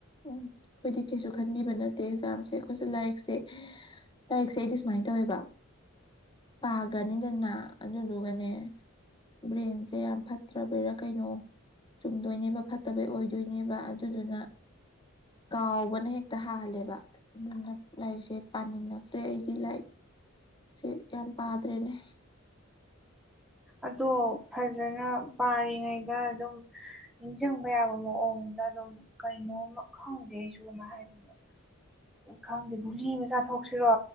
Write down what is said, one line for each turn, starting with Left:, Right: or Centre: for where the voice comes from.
Left: ꯎꯝ ꯑꯩꯈꯣꯏꯗꯤ ꯀꯩꯁꯨ ꯈꯟꯕꯤꯕ ꯅꯠꯇꯦ ꯑꯦꯛꯖꯥꯝꯁꯦ ꯑꯩꯈꯣꯏꯁꯨ ꯂꯥꯏꯔꯤꯛꯁꯦ ꯂꯥꯏꯔꯤꯛꯁꯦ ꯑꯩꯗꯤ ꯁꯨꯃꯥꯏꯅ ꯇꯧꯋꯦꯕ ꯄꯥꯈ꯭ꯔꯅꯤꯗꯅ ꯑꯗꯨꯗꯨꯒꯅꯦ ꯕ꯭ꯔꯦꯟꯁꯦ ꯌꯥꯝ ꯐꯠꯇ꯭ꯔꯕꯩꯔꯥ ꯀꯩꯅꯣ ꯆꯨꯝꯗꯣꯏꯅꯦꯕ ꯐꯠꯇꯕꯩ ꯑꯣꯏꯗꯣꯏꯅꯦꯕ ꯑꯗꯨꯗꯨꯅ ꯀꯥꯎꯕꯅ ꯍꯦꯛꯇ ꯍꯥꯜꯂꯦꯕ ꯑꯗꯨꯅ ꯂꯥꯏꯔꯤꯛꯁꯦ ꯄꯥꯅꯤꯡꯉꯛꯇ꯭ꯔꯦ ꯑꯩꯗꯤ ꯂꯥꯏꯔꯤꯛ ꯁꯤꯦ ꯌꯥꯝ ꯄꯥꯗ꯭ꯔꯦꯅꯦ
Centre: ꯑꯗꯣ ꯐꯖꯅ ꯄꯥꯔꯤꯉꯩ ꯑꯗꯨꯝ ꯅꯤꯡꯁꯤꯡꯕ ꯌꯥꯕ ꯃꯑꯣꯡꯗ ꯑꯗꯨꯝ ꯀꯩꯅꯣꯝꯃ ꯈꯪꯗꯦ ꯑꯩꯁꯨ ꯑꯃ ꯍꯥꯏꯗꯅꯣ ꯈꯪꯗꯦ ꯒꯨꯂꯤ ꯃꯆꯥꯥꯊꯣꯛꯁꯤꯔꯣ